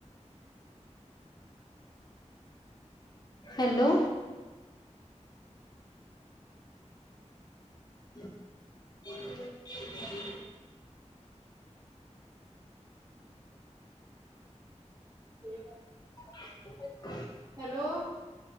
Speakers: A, on the left; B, on the right.
A: ਹੈਲੋ। <inaudible>
B: ਠੀਕ ਆ।
A: <inaudible>
B: ਹੈਲੋ।